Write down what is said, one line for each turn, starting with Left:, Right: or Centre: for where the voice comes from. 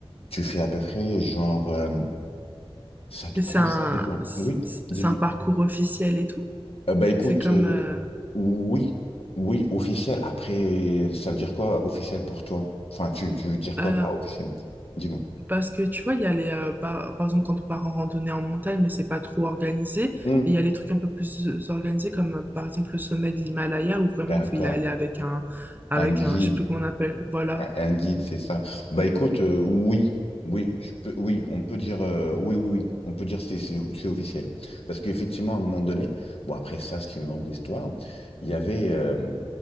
Left: Tu fais à peu près genre, euh, ça te
Right: Et
Left: prend,
Right: C'est un,
Left: ça dépend.
Right: c'est
Left: Oui, dis-moi.
Right: c'est un parcours officiel et tout.
Left: Euh, bah écoute,
Right: C'est comme...
Left: euh,
Right: euh,
Left: oui, oui, officiel. Après, ça veut dire quoi officiel pour toi? Enfin, tu, tu veux dire quoi
Right: euh,
Left: par officiel? Dis-moi.
Right: Parce que tu vois, il y a les, euh, par, par exemple, quand on part en randonnée en montagne, mais c'est pas trop organisé. Et
Left: Hmm,
Right: il y a les trucs un peu plus euh, organisés, comme euh, par exemple le sommet de l'Himalaya, où vraiment
Left: D'accord.
Right: il faut y aller avec un, avec
Left: Un guide,
Right: un, je sais plus comment on appelle, voilà.
Left: un, un guide, c'est ça. Bah écoute, euh, oui, oui, je peux, oui, on peut dire, euh, oui, oui, oui, on peut dire c'est c'est c'est officiel. Parce qu'effectivement, à un moment donné, bon après ça, c'est une longue histoire. Il y avait, euh,